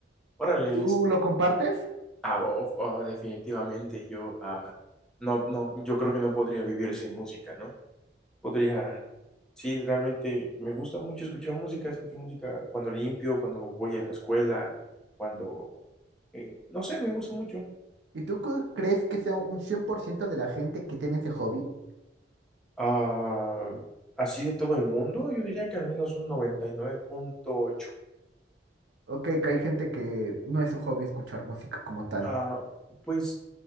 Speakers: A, in the centre; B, on the right.
A: Órale,
B: ¿Tú lo compartes?
A: Ah, bo- ah, definitivamente yo ah, no, no, yo creo que no podría vivir sin música, ¿no? Podría, sí, realmente me gusta mucho escuchar música, escucho música cuando limpio, cuando voy a la escuela, cuando, eh, no sé, me gusta mucho.
B: ¿Y tú cu- crees que sea un 100% de la gente que tiene ese hobby?
A: Ah, así de todo el mundo, yo diría que al menos un noventa y nueve punto ocho
B: Ok, que hay gente que no es su hobby escuchar música como tal.
A: Ah, pues,